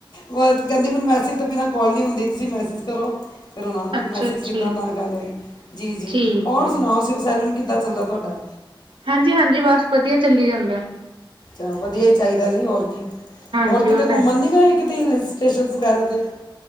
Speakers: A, on the left; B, on the right.
A: ਕਹਿੰਦੀ ਮੈਨੂੰ ਮੈਸਿਜ ਤੋਂ ਬਿਨਾਂ ਕੋਲ ਨਹੀਂ ਹੁੰਦੀ ਤੁਸੀਂ ਮੈਸਿਜ ਕਰੋ। ਫੇਰ ਉਹਨਾਂ ਨੂੰ ਕੋਈ
B: ਅੱਛਾ
A: ਮੈਸਿਜ
B: ਅੱਛਾ
A: ਕੀਤਾ
B: ਜੀ
A: ਤਾਂ ਗੱਲ ਹੋਈ, ਜੀ ਜੀ
B: ਠੀਕ
A: ਹੋਰ
B: ਹੈ
A: ਸੁਣਾਓ। ਸੈਲੂਨ ਕਿੱਦਾਂ ਚੱਲਦਾ ਤੁਹਾਡਾ।
B: ਹਾਂਜੀ ਹਾਂਜੀ ਬਸ ਵਧੀਆ ਚੱਲੀ ਜਾਂਦਾ।
A: ਚੱਲ ਵਧੀਆ ਹੀ ਚਾਹੀਦਾ ਜੀ ਹੋਰ ਕੀ,
B: ਹਾਂਜੀ
A: ਹੋਰ
B: ਉਹ
A: ਕਿਤੇ
B: ਤਾਂ
A: ਘੁੰਮਣ ਨੀ ਗਏ ਕਿਤੇ ਹਿਲ ਸਟੇਸ਼ਨ ਵਗੈਰਾ 'ਤੇ